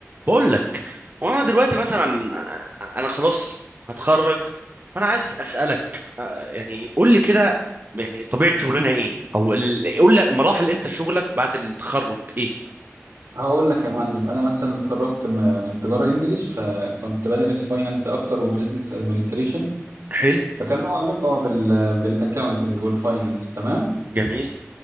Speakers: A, on the right; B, on the right.
A: بقول لك وانا دلوقتي مثلا آه، انا خلاص هتخرج فانا عايز اسالك آه، يعني قول لي كده يعني طبيعه شغلنا ايه او ال- قول لي مراحل انت شغلك بعد التخرج ايه
B: هقول لك يا معلم انا مثلا اتخرجت م- من تجاره انجليش فكنت بدرس فاينانس اكتر وبزنس ادمنستريشن
A: حلو
B: فكان له علاقه بال بالاكاونتنج والفاينانس تمام
A: جميل